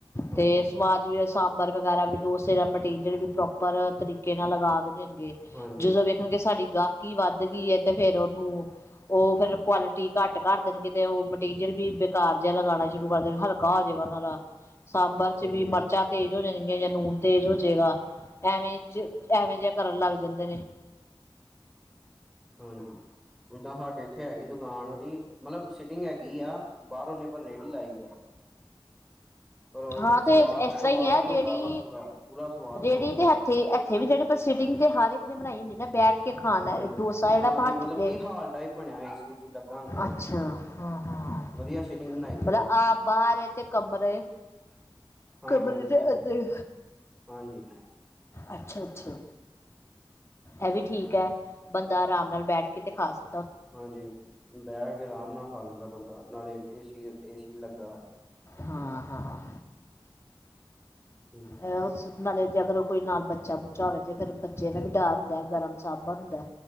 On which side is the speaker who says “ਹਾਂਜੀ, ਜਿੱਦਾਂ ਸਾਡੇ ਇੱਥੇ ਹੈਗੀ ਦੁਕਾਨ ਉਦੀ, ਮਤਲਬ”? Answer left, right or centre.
Centre